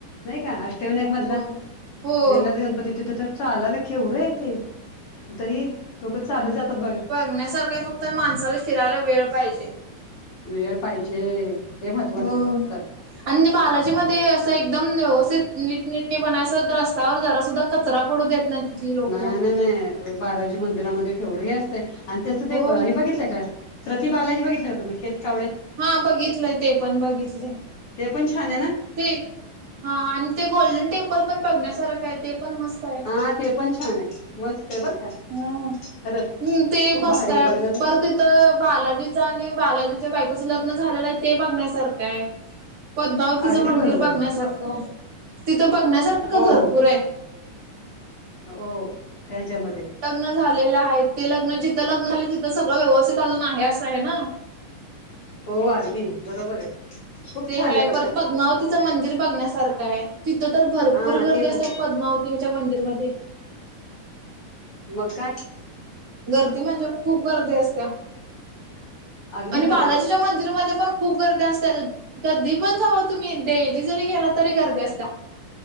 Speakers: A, on the left; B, on the right.
A: नाही का अष्टविनायक मधला
B: होय हो
A: वनाथ गणपती तिथं तर. चालायला केवढं आहे ते तरी लोक चाल जातात बघा.
B: बगण्यासारखा फक्त माणसाला फिरायला वेळ पाहिजे.
A: वेळ पाहिजे हे महत्त्वाचं
B: हो
A: आहे फक्त
B: आणि बालाजी मध्ये. एकदम व्यवस्थित नीट नटके पणा अस रस्ता्यावर जरा सुद्धा... कचरा पडू देत नाही तिथली लोक
A: नाही नाही नाही बाराजी मंदिरामध्ये खेवळ ह असते आणि तसं
B: होय
A: ते हे बघितलंय का प्रतिभलाजी बघितलं का तुम्ही केेत कावळेल
B: हा बघितलंय ते पण बघितलंय
A: ते पण छान आहे ना
B: ते हा आणि ते गोल्डन टेम्पल पण बघण्यासारखं आहे ते पण मस्त आहे
A: हा ते पण छान आहे मस्त आहे बरं का
B: हा्
A: खरंच
B: ते
A: खूप
B: बसतय
A: भारी आहे बघण्याच
B: परत तर बालाजीच आणि बालाजीच्या बायकोचं लग्न झालेलं आहे ते बघण्यासारखं आहे पद्मावतीचं
A: अगदी
B: मंदिर
A: बरोबर
B: बघण्यासारखं
A: आहे
B: आहे तिथं बघण्यासारखं
A: हो
B: भरपूर आहे
A: हो त्याच्यामध्ये
B: लग्न झालेलं आहे ते लग्न जिथं लग्न झाले तिथं सगळं व्यवस्थित अजून आहे असं आहे ना
A: हो अगदी बरोबर आहे खूप
B: ते
A: छान
B: आहे परत
A: बरं का
B: पद्मावतीचं मंदिर बघण्यासारखं आहे तिथं तर भरपूर
A: हा
B: गर्दी
A: ते
B: अस
A: पण
B: आहे पद्मावती तुमच्या मंदिरमध्येध्ये
A: मका
B: गर्दी म्हणजे खूप गर्दी असत्या
A: अगदी
B: आणि
A: खरंय
B: बालाजीच्या मंदिरमध्ये पण खूप गर्दी असत कधी पण जाव तुम्ही डेली जरी गेला तरी गर्दी असता ह